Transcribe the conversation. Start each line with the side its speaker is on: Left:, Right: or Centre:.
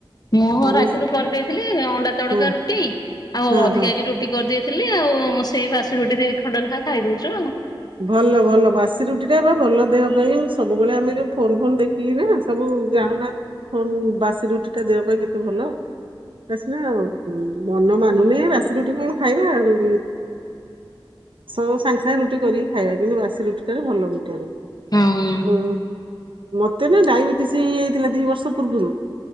Left: ମୁଁ
Right: ଆମେ
Left: ରାତିରୁ କରିଦେଇଥିଲି ଅଣ୍ଡା ତଡକା
Right: ହଁ
Left: ରୁଟି ଆଉ
Right: ହଁ
Left: ଅଧିକାକି
Right: ହଁ
Left: ରୁଟି ରୁଟି କରିଦେଇଥିଲି ଆଉ ସେଇ ବାସି ରୁଟି ଦିଇ ଖଣ୍ଡ ଲେଖା ଖାଇଦଉଚୁ ଆଉ।
Right: ଭଲ ଭଲ ବାସି ରୁଟି ଟା ବା ଭଲ ଦେହ ପାଇଁ ସବୁବେଳେ ଆମେ ଯୋଉ ଫୋନ ଫୋନ ଦେଖ କି ନା ସବୁ ଜାଣୁନାହାନ୍ତି ଫ ବାସି ରୁଟି ଟା ଦେହ ପାଇଁ କେତେ ଭଲ। ଏବେ ସିନା ମନ ମାନୁନି ବାସିରୁଟି କଣ ଖାଇବା ଆଉ ସୁ ସାଙ୍ଗେ ସାଙ୍ଗେ ରୁଟି କରିକି ଖାଇବା କିନ୍ତୁ ବାସି ରୁଟି ଟାରେ ଭଲ ଭିଟାମିନ।
Left: ଆଉ
Right: ହଁ ମତେ ନା ଡାଇବେଟିସ ହେଇଯାଇଥିଲା ଦି ବର୍ଷ ପୂର୍ବରୁ।